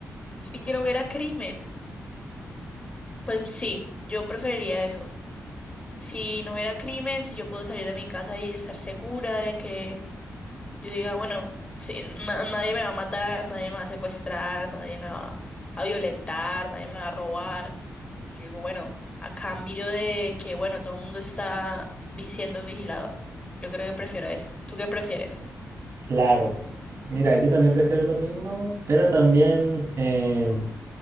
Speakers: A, on the left; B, on the right.
A: y que no hubiera crimen, pues sí, yo preferiría eso. Si no hubiera crimen, si yo puedo salir de mi casa y estar segura de que yo diga, bueno, sí, na- nadie me va a matar, nadie me va a secuestrar, nadie me va a violentar, nadie me va a robar. Yo digo, bueno, a cambio de que, bueno, todo el mundo está vi- siendo vigilado, yo creo que prefiero esa. ¿Tú qué prefieres?
B: Claro. Mira, yo también prefiero lo mismo, pero también eh,